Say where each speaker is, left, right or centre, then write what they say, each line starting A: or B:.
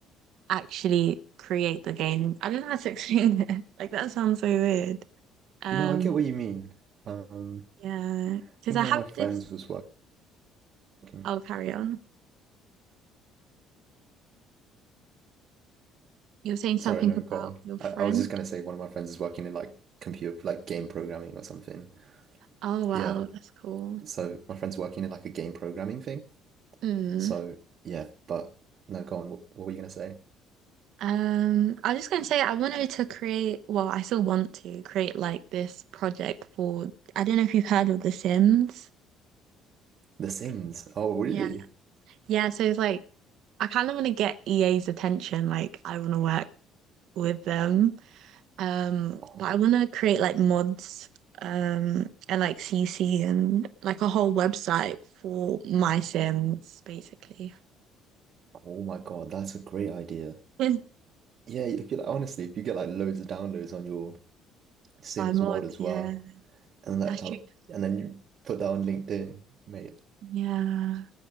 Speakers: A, on the right (about 65°); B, on the right (about 45°).
A: actually create the game. I don't know how to explain it. <laughs> Like that sounds so weird. Um,
B: No, I get what you mean. Um,
A: yeah,
B: I
A: because
B: think
A: I
B: one
A: have
B: of my friends
A: this.
B: was working.
A: I'll carry on. You were saying something
B: Sorry, no,
A: about
B: go on.
A: your friend.
B: I, I was just gonna say one of my friends is working in like computer, like game programming or something.
A: Oh wow,
B: Yeah.
A: that's cool.
B: So my friend's working in like a game programming thing.
A: Mm.
B: So yeah, but no, go on. What, what were you gonna say?
A: Um, I was just going to say, I wanted to create, well, I still want to create like this project for, I don't know if you've heard of The Sims.
B: The Sims. Oh, really?
A: Yeah. Yeah, so it's like, I kind of want to get EA's attention. Like, I want to work with them. Um,
B: Oh,
A: but I want to create like mods, um, and like CC and like a whole website for my Sims, basically.
B: oh my God, that's a great idea.
A: <laughs>
B: Yeah, if you like, honestly, if you get like loads of downloads on your Sims
A: My mods,
B: mod as
A: yeah.
B: well, and that,
A: That's
B: that
A: true.
B: and then you put that on LinkedIn, mate,
A: Yeah.